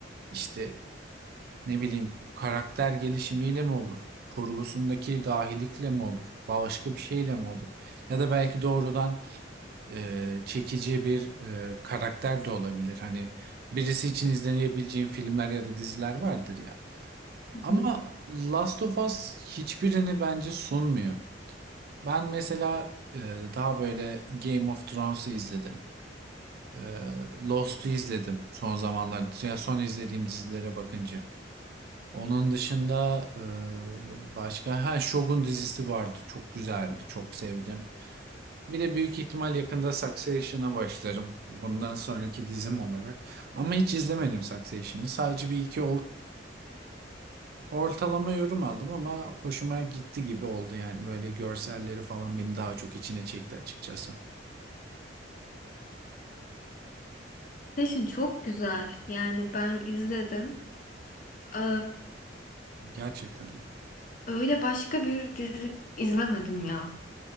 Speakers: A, on the right; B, on the left.
A: işte ne bileyim karakter gelişimiyle mi olur? Kurgusundaki dahilikle mi olur? Başka bir şeyle mi olur? Ya da belki doğrudan e, çekici bir e, karakter de olabilir. Hani birisi için izlenebileceğin filmler ya da diziler vardır ya. Ama
B: Hı.
A: Last of Us hiçbirini bence sunmuyor. Ben mesela e, daha böyle Game of Thrones'u izledim. E, Lost'u izledim son zamanlarda. Ya son izlediğim dizilere bakınca. Onun dışında e, başka ha Shogun dizisi vardı. Çok güzeldi. Çok sevdim. Bir de büyük ihtimal yakında Succession'a başlarım. Bundan sonraki dizim olarak. Ama hiç izlemedim Succession'ı. Sadece bir iki ol- ortalama yorum aldım ama hoşuma gitti gibi oldu yani. Böyle görselleri falan beni daha çok içine çekti açıkçası.
B: Passion çok güzel. Yani ben izledim. Ee,
A: Gerçekten.
B: öyle başka bir dizi izlemedim ya.